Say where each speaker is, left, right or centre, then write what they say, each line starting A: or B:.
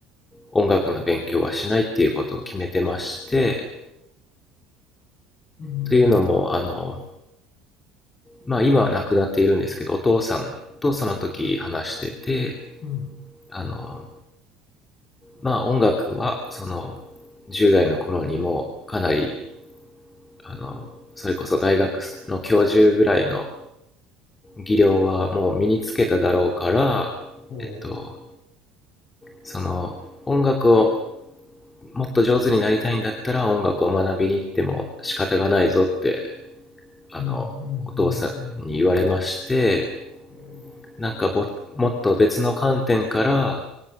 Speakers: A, on the left; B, on the left.
A: 音楽の勉強はしないっていうことを決めてまして
B: うん、
A: というのもあの、まあ、今は亡くなっているんですけどお父さんとその時話してて
B: うん、
A: あの、まあ、音楽はその10代の頃にもかなりあのそれこそ大学の教授ぐらいの技量はもう身につけただろうから、
B: おー
A: えっと、その音楽をもっと上手になりたいんだったら音楽を学びに行っても仕方がないぞってあのお父さんに言われまして
B: うん、うん、うん、うんうんえ
A: なんかぼもっと別の観点から